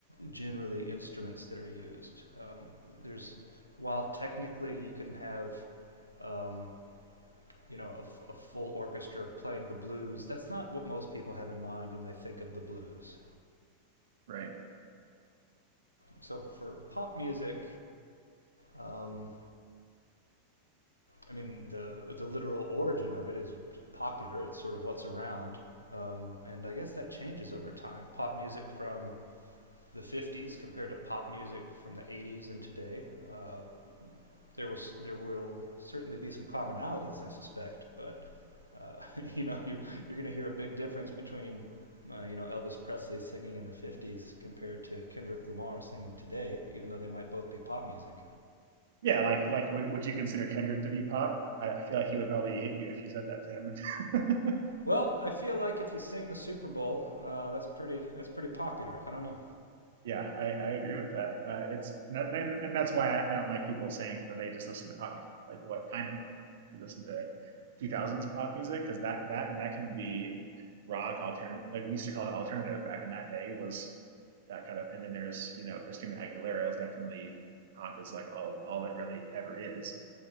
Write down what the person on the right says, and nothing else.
Right.
Yeah, like like would, would you consider Kendrick to be pop? I I feel like he would probably hit you if you said that to him. <laughs>
yeah, I, I agree with that. Uh, it's not, and, and that's why I, I don't like people saying that they just listen to pop music. Like what kind of pop? You listen to 2000s pop music because that that that can be rock alternative. Like we used to call it alternative back in that day was that kind of. And then there's you know Christina Aguilera is definitely pop is like all all it really ever is.